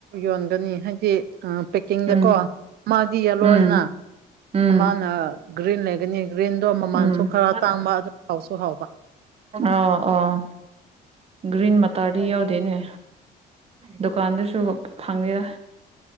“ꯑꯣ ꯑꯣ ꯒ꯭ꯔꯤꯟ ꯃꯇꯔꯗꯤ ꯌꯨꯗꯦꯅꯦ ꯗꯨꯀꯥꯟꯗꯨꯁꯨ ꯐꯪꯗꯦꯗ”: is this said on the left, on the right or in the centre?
Right